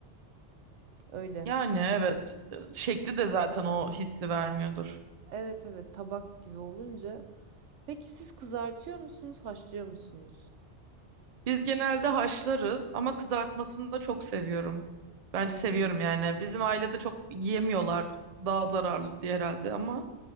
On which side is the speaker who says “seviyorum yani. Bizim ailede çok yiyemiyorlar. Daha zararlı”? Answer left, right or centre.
Right